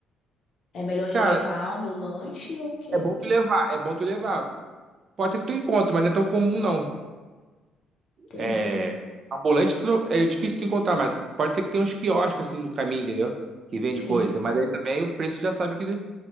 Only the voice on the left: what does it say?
É melhor
eu levar o meu lanche ou o quê?
Entendi.
Sim.